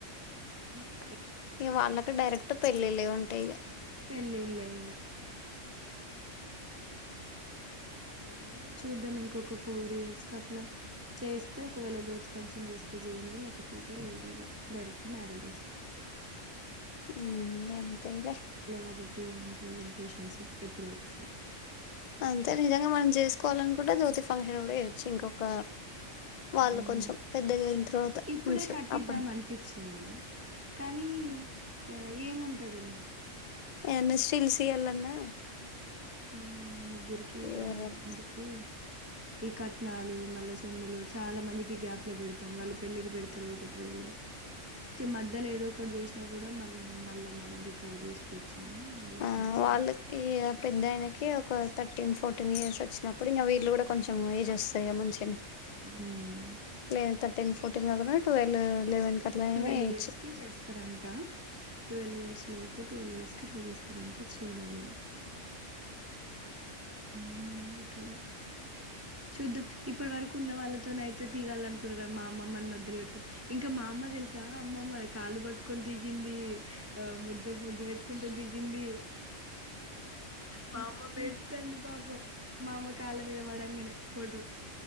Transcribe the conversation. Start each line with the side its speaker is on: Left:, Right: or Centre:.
Right: అ
Left: ఈ వాళ్ళకి డైరెక్ట్ పెళ్ళిళ్ లే ఉంటా అైగా
Right: పెళ్ళి ఇల్ ఈక ఏమో చూద్దాం ఇంకొక ఫోర్ ఇయర్స్ క అట్లా చేస్తే ఒకవేళ జోతి ఫంక్షన్ చేస్తే చేయని లేకపోతే లేదు ఇక డైరెక్ట్ మ్యారేజ్స్
Left: ఉమ్ అంతగా
Right: కాబట్టి ఏముంటాయి ఇగ అకేషన్స్ ఎప్పుడో ఒకసారి
Left: అంతే నిజంగా మనం చేసుకోవాలనుకుంటే జ్యోతి ఫంక్షన్ కూడా చేయొచ్చు ఇంకొక వాళ్ళు
Right: అవును
Left: కొంచెం పెద్దగా అయిన తర్వాత
Right: ఇప్పుడే
Left: మంచి
Right: కట్టిద్దాం
Left: అప్పుడు
Right: అనిపించింది కానీ ఆ ఏముంటందిరా
Left: ఎమ్ సిలు సియలనా
Right: ఉమ్ ముగ్గురికి ఇక
Left: ఎవరెవరు
Right: ఎందుకు ఈ కట్నాలు మళ్ళా సుమ్ములు చాలా మందికి గ్యాప్ లో పెడతాం వాళ్ళు పెళ్లికి పెడతారు ఒకటి రోజులు మధ్యలో ఏదో ఒకటి చేసినా కూడా మనం మళ్ళా మనం రికవర్ చేసుకోవచ్చు అని ఆలోచన
Left: ఆ
Right: వచ్చింది
Left: వాళ్ళకి పెద్దాయన ఒక థర్టీన్ ఫోర్టీన్ ఇయర్స్ వచ్చినప్పుడు ఇంక వీళ్ళలు కూడా కొంచెం ఏజ్ వస్తాయా గా మంచిగానే
Right: మ్మ్
Left: లేదా థర్టన్ ఫోర్టీన్ టూ మారో కొట్టిన ట్వల్ లెవెన్ కి అట్లనైనా
Right: ట్వెల్వ్
Left: ఏయొచ్చు
Right: ఇయర్స్ కి చేస్తారంట ట్వెల్వ్ ఇయర్స్ లోపు పో ట్వెల్వ్ ఇయర్స్ కి అట్లా చేస్తారంట చూడాలిగా ఉమ్ ఏం చేస్తాలా చూద్దాం ఇప్పటి వరకు ఉన్న వాళ్ళతోనే అయితే దిగాలనుకున్నారా మా అమ్మమ్మని మధ్యలో పెట్టుకొని ఇంకా మా అమ్మ తెలుసా అమ్మమ్మ కాళ్లు పట్టుకొని దిగింది ఆ ముద్ద ముద్దు పెట్టుకుంటు దిగింది మా అమ్మమ్మ ఏడుతాంది పాపం మా అమ్మ కాళ్ళ మీద పడంగానే ఫోటో